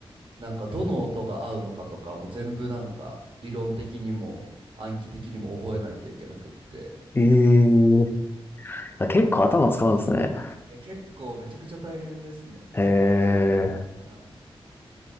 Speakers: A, on the right; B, on the left.
A: なんかどの音が合うのかとかも全部なんか、理論的にも暗記的にも覚えないといけなくって、
B: ええー、結構頭使うんですね。
A: いや、結構めちゃくちゃ大変ですね。
B: へえ。
A: はい